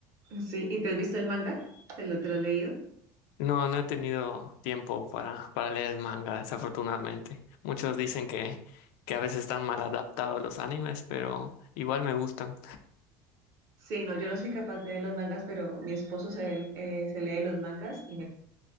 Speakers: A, on the right; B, on the left.
A: Sí, ¿y te has visto el manga? ¿Te lo, te lo has leído?
B: No, no he tenido tiempo para, para leer el manga, desafortunadamente. Muchos dicen que, que a veces están mal adaptados los animes, pero igual me gustan.
A: Sí, no, yo no soy capaz de leer los mangas, pero mi esposo se, eh, se lee los mangas y me